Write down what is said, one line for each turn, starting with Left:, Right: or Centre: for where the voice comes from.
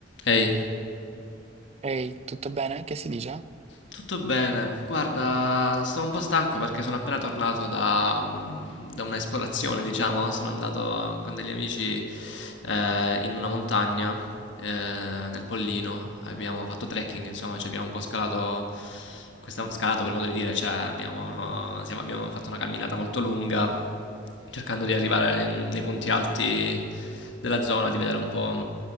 Left: Ehi,
Right: Ehi, tutto bene? Che si dice?
Left: tutto bene? Guarda, sto un po' stanco perché sono appena tornato da, mm, da un'esplorazione, diciamo. Sono andato con degli amici eh, in una montagna, eh, nel Pollino. Abbiamo fatto trekking, insomma, ci abbiamo un po' scalato, questa, scalato per modo di dire, cioè abbiamo, siamo- abbiamo fatto una camminata molto lunga cercando di arrivare nei punti alti della zona, di vedere un po'